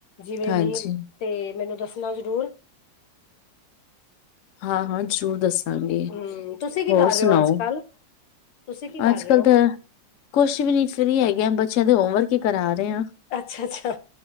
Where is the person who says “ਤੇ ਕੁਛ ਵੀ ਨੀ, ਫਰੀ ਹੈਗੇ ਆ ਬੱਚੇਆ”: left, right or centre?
Left